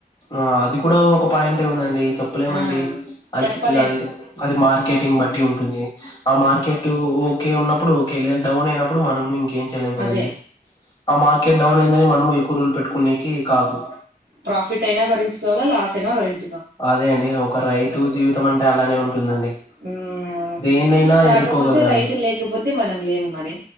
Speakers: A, on the left; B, on the right.
A: ఆ అది కూడా ఒక పాయింట్ ఉందండి చెప్పలేమండి
B: ఆ
A: అస్
B: చెప్పలేం
A: అది మార్కెట్ ని బట్టి ఉంటుంది ఆ మార్కెట్ ఓకే ఉన్నప్పుడు ఓకే లేదా డౌన్ అయినప్పుడ్ అప్పుడు మనము ఇంకేం చేయలేం కదండి
B: అదే
A: ఆ మార్కెట్ డౌన్ అయిందని మనం ఎక్కువ రూల్ పెట్టుకునేకి కాదు
B: ప్రాఫిట్ అయినా భరించుకోవాలా లాస్ అయినా భరించ
A: అదే అండి ఒక రైతు జీవితం అంటే అలానే ఉంటుందండి
B: హ్మ్
A: దేన్నైనా
B: కాకపోతే
A: ఎదుర్కోగలగాలి
B: రైతు లేకపోతే మనం లేము మరి